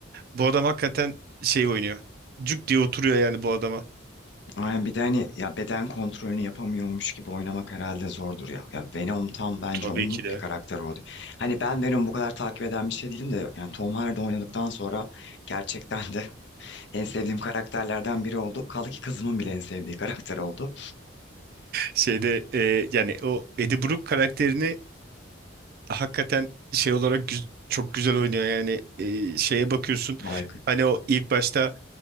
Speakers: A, on the right; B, on the left.
A: bu adam hakikaten şey oynuyor. Cuk diye oturuyor yani bu adama.
B: Aynen bir de hani ya beden kontrolünü yapamıyormuş gibi oynamak herhalde zordur ya. Ya Venom tam bence
A: Tabii
B: onluk
A: ki de.
B: bir karakter oldu. Hani ben Venom'u bu kadar takip eden bir şey değilim de yani Tom Hardy oynadıktan sonra gerçekten de <laughs> en sevdiğim karakterlerden biri oldu. Kaldı ki kızımın bile en sevdiği karakter oldu.
A: Şeyde e, yani o Eddie Brooke karakterini hakikaten şey olarak güz- çok güzel oynuyor. Yani e, şeye bakıyorsun
B: Vay
A: hani o ilk başta